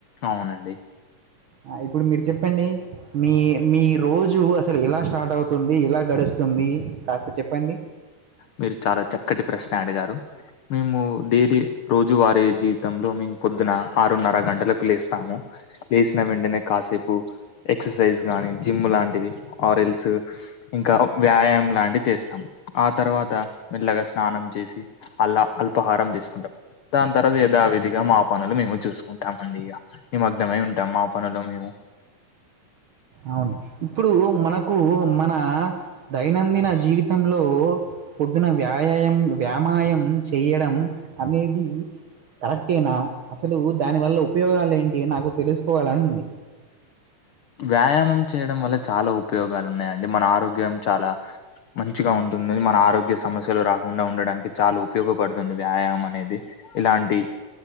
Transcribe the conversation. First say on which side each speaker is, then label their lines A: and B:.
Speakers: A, on the left (about 90°); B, on the right (about 65°).
A: అవునండి
B: ఆ ఇప్పుడు మీరు చెప్పండి మీ మీ రోజు అసలు ఎలా స్టార్ట్ అవుతుంది ఎలా గడుస్తుంది కాస్త చెప్పండి
A: మీరు చాలా చక్కటి ప్రశ్న అడిగారు మేము డైలీ రోజు వారి జీవితంలో మేము పొద్దున ఆరున్నర గంటలకు లేస్తాము లేసిన వెంటనే కాసేపు ఎక్సర్సైజ్ గానీ జిమ్ లాంటివి ఆరల్స్ ఇంకా వ్యాయామం లాంటివి చేస్తాం ఆ తర్వాత మెల్లగా స్నానం చేసి అల్లా అల్పాహారం తీసుకుంటాం దాని తర్వాత యధావిధిగా మా పనులు మేము చూసుకుంటాం అండి ఇగా నిమగ్నమై ఉంటాం మా పనులో మేము
B: అవును ఇప్పుడు మనకు మన దైనందిన జీవితంలో పొద్దున వ్యాయయం వ్యామాయం చేయడం అనేది కరెక్ట్ నా అసలు దాని వల్ల ఉపయోగాలు ఏంటి నాకు తెలుసుకోవాలని ఉంది
A: వ్యాయామం చేయడం వల్ల చాలా ఉపయోగాలు ఉన్నాయండి మన ఆరోగ్యం చాలా మంచిగా ఉంటుంది మన ఆరోగ్య సమస్యలు రాకుండా ఉండడానికి చాలా ఉపయోగపడుతుంది వ్యాయామం అనేది ఇలాంటి